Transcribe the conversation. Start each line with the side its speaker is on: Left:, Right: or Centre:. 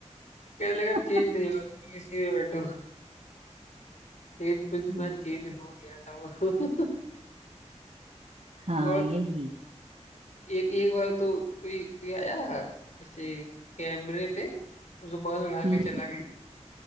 Left: कहने लगा
Right: <laughs>
Left: चेंज नहीं होगा तुम इसी में बैठो लेकिन कुछ दिन
Right: बिल्कुल
Left: बाद चेंज हो गया था वो <laughs>
Right: हाँ
Left: बहुत
Right: यही
Left: एक एक बार तो कोई कोई आया ऐसे कैमरे पे रुमाल उड़ा
Right: हम्म
Left: के चला गया